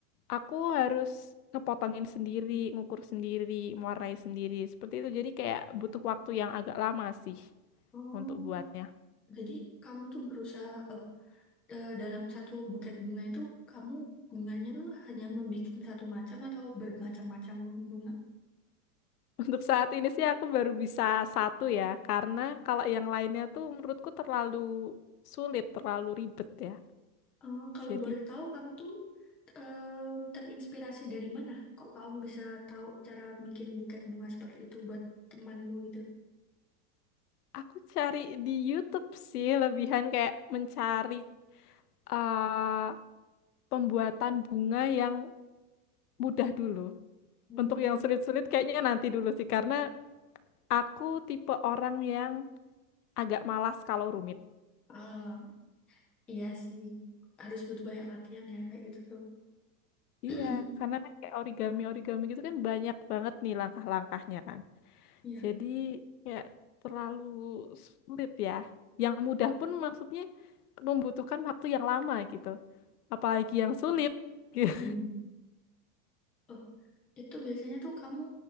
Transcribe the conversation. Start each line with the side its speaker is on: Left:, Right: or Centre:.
Left: aku harus ngepotongin sendiri, ngukur sendiri, mewarnai sendiri. Seperti itu. Jadi kayak butuh waktu yang agak lama sih
Centre: Oh,
Left: untuk buatnya.
Centre: jadi kamu tuh berusaha oh eh, dalam satu buket bunga itu kamu bunganya tuh hanya membuat satu macam atau bermacam-macam bunga?
Left: Untuk saat ini sih aku baru bisa satu ya, karena kalau yang lainnya tuh menurutku terlalu sulit, terlalu ribet ya.
Centre: Eh, kalau
Left: Jadi
Centre: boleh tahu, kamu tuh em, terinspirasi dari mana? Kok kamu bisa tahu cara bikin buket bunga seperti itu buat temanmu gitu?
Left: aku cari di YouTube sih, lebihan kayak mencari eh, pembuatan bunga yang mudah dulu.
Centre: Hmm.
Left: Untuk yang sulit-sulit kayaknya nanti dulu sih, karena aku tipe orang yang agak malas kalau rumit.
Centre: Ah, iya sih, harus butuh banyak latihan ya kayak gitu tuh. <clears throat>
Left: Iya, karena kan kayak origami-origami gitu kan banyak banget nih langkah-langkahnya kan.
Centre: Iya.
Left: Jadi ya terlalu sulit ya. Yang mudah pun maksudnya membutuhkan waktu yang lama gitu. Apalagi yang sulit. gitu.
Centre: Hmm. Oh, itu biasanya tuh kamu